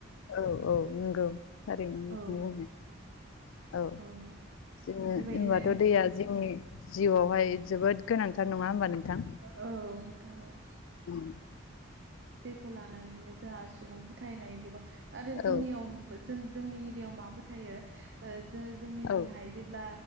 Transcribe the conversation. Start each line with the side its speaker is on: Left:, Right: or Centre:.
Left: औ औ नंगौ थारैनो नोंथां
Right: औ
Left: बुंनाया।
Right: नोंथां
Left: औ जोङो
Right: बेबायदिनो
Left: होनबाथ' दैया जोंनि जिउआवहाय जोबोद गोनांथार नङा होमबा नोंथां?
Right: औ नोंथां औ।
Left: ओम।
Right: दैखौ लानानैनो जाहा सुबुं फोथायनाय गोबां आरो जोंनियाव
Left: औ
Right: बो जों जोंनि एरियायाव मा फोथायो ओ जो जोंनिथिंहाय
Left: औ
Right: जेब्ला